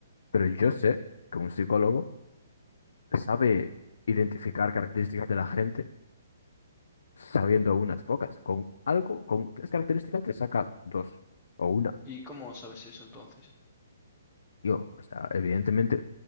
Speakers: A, on the left (about 70°); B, in the centre.
A: Pero yo sé que un psicólogo sabe identificar características de la gente sabiendo unas pocas. Con algo, con tres características te saca dos o una.
B: ¿Y cómo sabes eso entonces?
A: Yo, o sea, evidentemente,